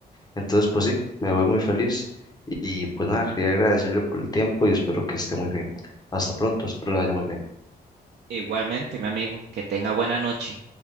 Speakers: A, on the left; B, on the right.
A: Entonces, pues sí, me voy muy feliz y pues nada, quería agradecerle por el tiempo y espero que esté muy bien. Hasta pronto, espero le vaya muy bien.
B: Igualmente, mi amigo, que tenga buena noche.